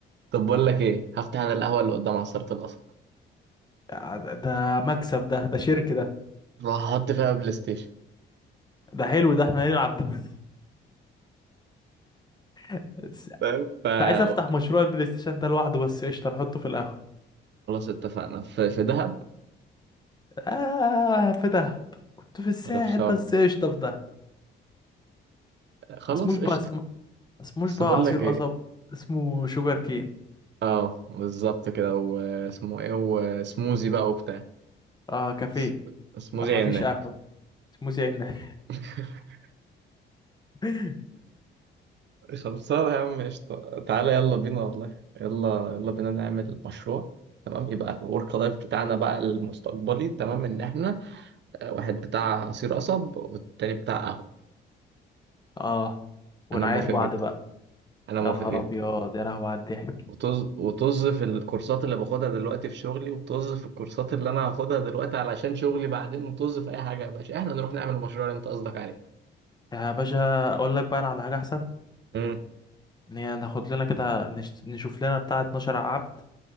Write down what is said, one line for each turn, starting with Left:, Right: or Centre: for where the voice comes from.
Right: طب بقول لك ايه هفتح انا القهوة اللي قدام عصارة القصب
Left: ده ده مكسب ده ده شرك ده
Right: وهحط فيها بلاي ستيشن
Left: ده حلو ده احنا نلعب ده <laughs>
Right: فاهم فخلاص
Left: كنت عايز افتح مشروع البلاي ستيشن ده لوحده بس قشطه نحطه في القهوه
Right: اتفقنا في في دهب
Left: آه في دهب كنت في الساحل
Right: ولا في شرم
Left: بس قشطة في دهب
Right: خلاص
Left: ما اسموش بقى
Right: قشطة
Left: اسم- ما اسموش
Right: بس
Left: بقى
Right: بقول
Left: عصير
Right: لك ايه
Left: قصب اسمه شوجر كين
Right: اه بالظبط كده واسمه ايه وسموزي بقى وبتاع
Left: اه كافيه
Right: س- سموزي
Left: ما ما
Right: عنا
Left: فيش قهوة اسمه زي الناس
Right: <laughs>
Left: <laughs>
Right: خلصانة يا عم قشطة تعالى يلا بينا والله يلا يلا بينا نعمل مشروع تمام يبقى الورك لايف بتاعنا بقى المستقبلي تمام ان احنا آه، واحد بتاع عصير قصب والتاني بتاع قهوة
Left: اه ونعاير
Right: انا موافق
Left: بعض
Right: جدا
Left: بقى
Right: انا
Left: يا
Right: موافق
Left: نهار
Right: جدا
Left: ابيض يا لهوي على الضحك
Right: وطز وطز في الكورسات اللي باخدها دلوقتي في شغلي وطز في الكورسات اللي انا هاخدها دلوقتي علشان شغلي بعدين وطز في اي حاجه يا باشا احنا نروح نعمل المشروع اللي انت قصدك عليه
Left: يا باشا اقول لك بقى أنا على حاجة احسن
Right: امم
Left: ان هي ناخد لنا كده نش- نشوف لنا بتاع 12 عبد